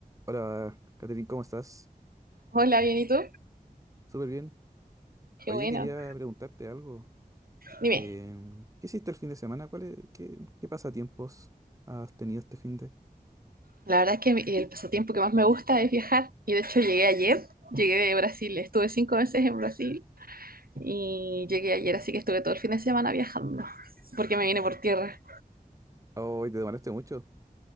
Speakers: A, on the right; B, on the right.
A: Hola, Catherine, ¿cómo estás?
B: Hola, bien, ¿y tú?
A: Súper bien.
B: Qué
A: Oye,
B: bueno.
A: quería preguntarte algo.
B: Dime,
A: Em, ¿qué hiciste el fin de semana? ¿Cuál es- qué, qué pasatiempos has tenido este fin de?
B: la verdad es que mi- el pasatiempo que más me gusta es viajar. Y de hecho llegué ayer, llegué de Brasil, estuve cinco veces en Brasil y llegué ayer, así que estuve todo el fin de semana viajando, porque me vine por tierra.
A: Oh, te demoraste mucho.